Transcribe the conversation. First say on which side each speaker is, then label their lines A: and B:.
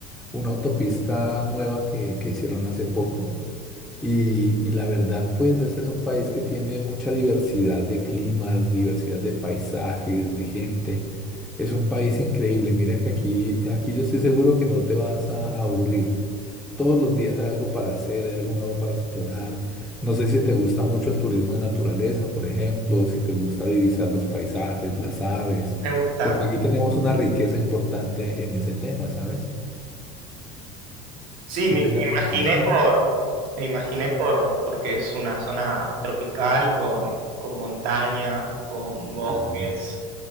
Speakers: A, in the centre; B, on the right.
A: una autopista nueva que, que hicieron hace poco. Y, y la verdad, pues este es un país que tiene mucha diversidad de climas, diversidad de paisajes, de gente. Es un país increíble. Mira que aquí, aquí yo estoy seguro que no te vas a aburrir. Todos los días hay algo para hacer, hay algo nuevo para explorar. No sé si te gusta mucho el turismo de naturaleza, por ejemplo, si te gusta divisar los paisajes, las aves,
B: Me gusta.
A: porque aquí tenemos una riqueza importante en ese tema, ¿sabes?
B: Sí,
A: Si
B: me,
A: te llama
B: me
A: la
B: imaginé
A: atención.
B: por, me imaginé
A: Sí,
B: por, porque es una zona tropical con, con montaña, con bosques.
A: sí,